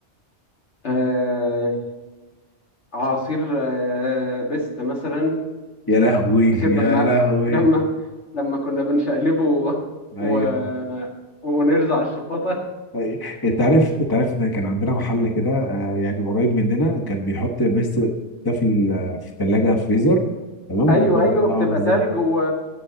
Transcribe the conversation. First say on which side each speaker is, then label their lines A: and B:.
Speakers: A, on the left; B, on the left.
A: آه، عصير آه، بيست مثلا
B: يا لهوي
A: فاكر
B: يا
A: لما
B: لهوي
A: لما لما كنا بنشقلبه و...
B: ايوه
A: و... ونرزع على الشفاطة
B: أي- انت عارف انت عارف ان كان عندنا محل كده آه، يعني قريب مننا كان بيحط بس ده في ال- في الثلاجه فريزر تمام
A: ايوه
B: وكنا
A: ايوه
B: اه
A: بتبقى
B: بالظبط
A: تلج و...